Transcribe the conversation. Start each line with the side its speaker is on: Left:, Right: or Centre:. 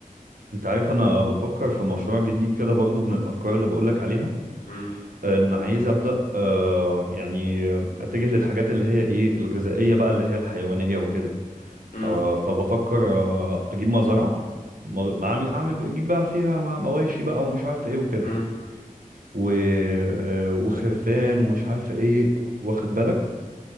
Right: انت عارف انا بفكر في مشروع جديد كده برضو من الافكار اللي بقولك عليها
Left: امم
Right: ان عايز ابدا آه يعني اتجه للحاجات اللي هي ايه الغذائية بقى اللي هي الحيوانية وكده
Left: امم
Right: آه فبفكر آه اجيب مزرعة مز- اعمل اعمل اجيب بقى فيها م- مواشي بقى ومش عارف ايه وكده
Left: امم
Right: و... آه، وخرفان ومش عارف ايه واخد بالك